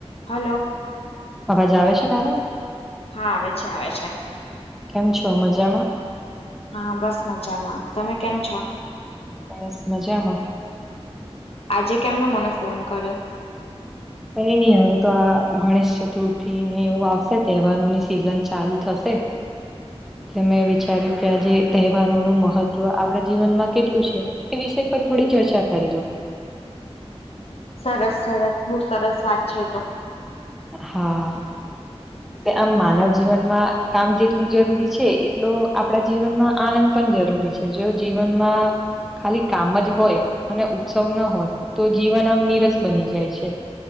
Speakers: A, on the left; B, in the centre.
A: Hello
B: અવાજ આવે છે. મારો
A: હા આવે છે આવે છે.
B: કેમ છો મજામાં
A: હા બસ મજામાં તમે કેમ છો.
B: બસ મજામાં
A: આજે કેમનો મને ફોન કર્યો
B: કઈ નહી હવે તો આ ગણેશ ચતુર્થીને એવું આવશે તહેવારોની સિઝન ચાલુ થશે <inaudible> એટલે મેં વિચાર્યું કે આજે તહેવારોનું મહત્વ આપણા જીવનમાં કેટલું છે. એ વિષય પર થોડી ચર્ચા કરી લો
A: સરસ સરસ બહુ સરસ વાત છે તો
B: હા આમ માનવ જીવનમાં કામ જેટલું જરૂરી છે એટલો આપડા જીવનમાં આનંદ પણ જરૂરી છે જો જીવનમાં ખાલી કામ જ હોય અને ઉત્સવ ના હોય તો જીવન આમ નીરસ બની જાય છે